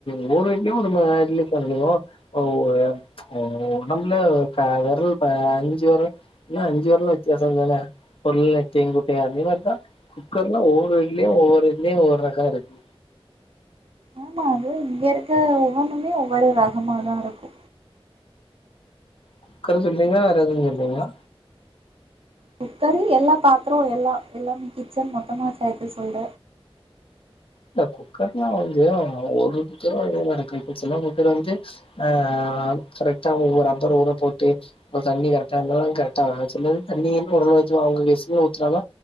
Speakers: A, on the left; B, on the right.
A: ஒவொரு வீட்லயு ஒரு மாரி <unintelligible> ஓ நம்மல க வெரல் ப ஐஞ்சு வெரல் இல்ல அஞ்சு வெரலு வித்தியாசம் தானே <unintelligible> அதே மாரிதா குக்கர்னா ஒவ்வொரு வீட்லயு ஒவ்வொரு இதுலயு ஒவ்வொரு ரகோ இருக்கு
B: ஆமா அது இங்க இருக்க ஒவ்வொன்னுமே ஒவ்வொரு ரகமாதா இருக்கு
A: குக்கர் சொல்லீங்களா வேற எதும் சொல்லிங்களா
B: குக்கரு எல்லா பாத்தரோ எல்லா எல்லாமே கிச்சன் மொத்தமா சேத்து சொல்ற
A: இந்த குக்கர்லா வந்து ஒரு குக்கரு இதல்லா இருக்கு சில குக்கர் வந்து ஆ கரெக்டா ஒவ்வொரு ரப்பர் ஊர போட்டு இப்ப தண்ணி கரெக்டா இருந்தாலு கரெக்டா சிலது தண்ணி ஒரளவு அவங்க <unintelligible> ஊத்துறாங்க